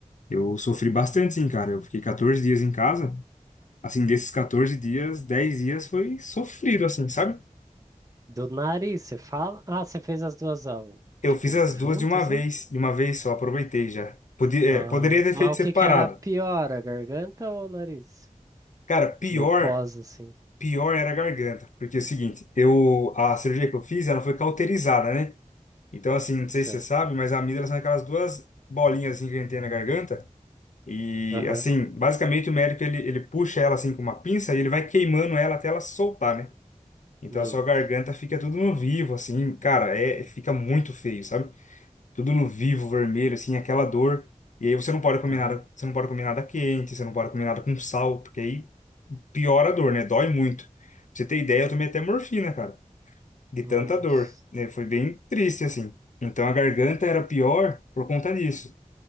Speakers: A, on the left; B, on the right.
A: Eu sofri bastante, sim, cara. Eu fiquei 14 dias em casa. Assim, desses 14 dias, 10 dias foi sofrido, assim, sabe?
B: Do nariz, você fala? Ah, você fez as duas ao,
A: Eu
B: tipo,
A: fiz as
B: junto,
A: duas de uma
B: assim?
A: vez. De uma vez só, aproveitei já. Podia,
B: Ah,
A: é, poderia ter
B: mas
A: feito
B: o
A: separado.
B: que que era pior, a garganta ou o nariz?
A: Cara, pior,
B: No pós, assim.
A: pior era a garganta. Porque é o seguinte, eu, a cirurgia que eu fiz, ela foi cauterizada, né? Então, assim, não sei
B: Sei.
A: se você sabe, mas a amígdala são aquelas duas bolinhas assim que a gente tem na garganta. E,
B: Aham.
A: assim, basicamente o médico ele, ele puxa ela assim com uma pinça e ele vai queimando ela até ela soltar, né? Então
B: Neito.
A: a sua garganta fica tudo no vivo, assim, cara, é, fica muito feio, sabe? Tudo no vivo, vermelho, assim, aquela dor. E aí você não pode comer
B: Aham.
A: nada, você não pode comer nada quente, você não pode comer nada com sal, porque aí piora a dor, né? Dói muito. Pra você ter ideia, eu tomei até morfina, cara de
B: Nossa.
A: tanta dor, né? Foi bem triste assim. Então a garganta era pior por conta disso.